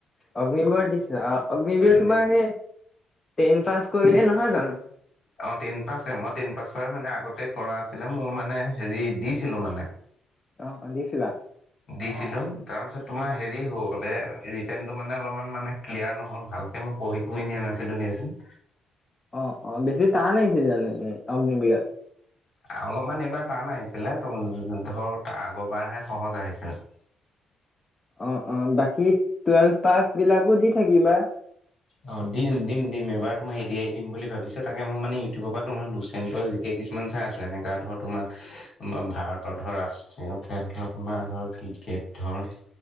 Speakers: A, on the left (about 25°); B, on the left (about 55°).
A: অগ্নিবিৰত দিছে অগ্নিবিৰত
B: ইংলিছ
A: তোমাৰ সেই টেন পাছ কৰিলে নহয় জানো।
B: অ, টেন পাছে মই তিন পাছৰে মানে আগতে কৰা আছিলে মোৰ মানে হেৰি দিছিলো মানে।
A: অ, অ, দিছিলা।
B: দিছিলো তাৰপিছত তোমাৰ হেৰি হ'ল ৰিটাৰণটো মানে অলপমান মানে ক্লিয়াৰ নহ'ল ভালকে মই পঢ়ি শুনি দিয়া নাছিলো দিয়াচোন।
A: অ, অ, বেছি টান আহছে জানে অগ্নিবিৰত।
B: অলপমান এইবাৰ টান আহিছিলে ত ধৰ আগৰবাৰহে সহজ আহিছিল।
A: অ, অ, বাকী টুৱেলভ পাছ বিলাকো দি থাকিবা।
B: অ, দিম দিম দিম এবাৰ তমাৰ এডিয়াৰি দিম বুলি ভাবিছো তাকে মই মানে ইউটিউবৰ পৰা তোৰ লুচেণ্টৰ কেই কিছুমান চাই এনেকা ধৰ তোমাৰ ম, ভাৰতৰ ধৰ ৰাষ্ট্ৰীয় খেল ধৰ তোমাৰ ধৰ ক্ৰিকেট ধৰ।